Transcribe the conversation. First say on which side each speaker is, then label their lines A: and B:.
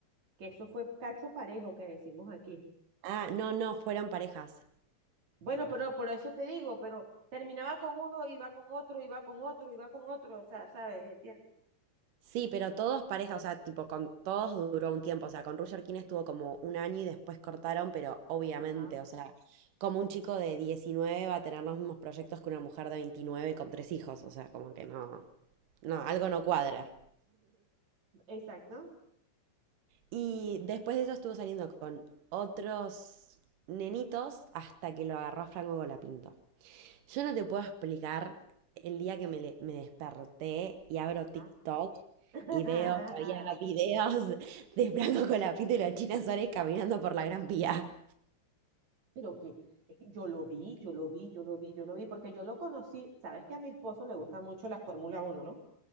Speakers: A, on the right; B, on the right.
A: que eso fue cacho parejo que decimos aquí.
B: Ah, no, no, fueron parejas.
A: Bueno, pero por eso te digo, pero terminaba con uno, iba con otro, iba con otro, iba con otro, o sea, ¿sabes? ¿Entiendes?
B: Sí, pero todos pareja, o sea, tipo, con todos duró un tiempo, o sea, con Roger King estuvo como un año y después cortaron, pero obviamente,
A: Ajá,
B: o sea, como un chico de 19 va a tener los mismos proyectos que una mujer de 29 con tres hijos, o sea, como que no, no, algo no cuadra.
A: exacto.
B: Y después de eso estuvo saliendo con otros nenitos hasta que lo agarró a Franco Golapinto. Yo no te puedo explicar el día que me, le- me desperté y abro
A: Ajá.
B: TikTok
A: <laughs>
B: y veo que había <laughs> videos de Franco Colapinto y la China Suárez caminando por la Gran Vía.
A: Pero que es que yo lo vi, yo lo vi, yo lo vi, yo lo vi, porque yo lo conocí. Sabes que a mi esposo le gusta mucho la Fórmula uno ¿no?